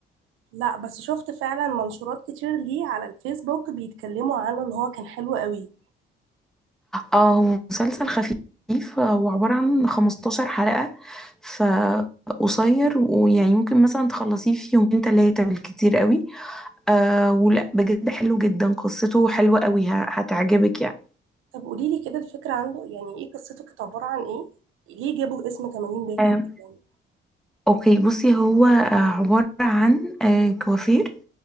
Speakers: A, on the right; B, in the centre.
A: لا بس شفت فعلا منشورات كتير ليه على الفيسبوك بيتكلموا عنه ان هو كان حلو قوي
B: اه هو مسلسل خفيف آه، وعبارة عن 15 حلقة فقصير ويعني ممكن مثلا تخلصيه في يومين تلاتة بالكتير قوي آه ولا بجد حلو جدا قصته حلوة قوي ه- هتعجبك يعني
A: طب قولي لي كده الفكره عنده يعني ايه قصته كانت عباره عن ايه ليه جابوا اسم 80 باكو
B: آه
A: يعني
B: اوكي بصي هو آه عبارة عن آه كوافير